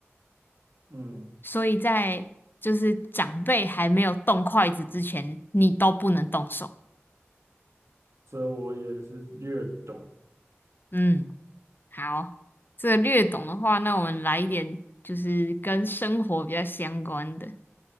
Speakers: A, on the right; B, on the left.
A: 嗯，
B: 所以在就是长辈还没有动筷子之前，你都不能动手。
A: 这我也是略懂。
B: 嗯，好，这个略懂的话，那我们来一点就是跟生活比较相关的。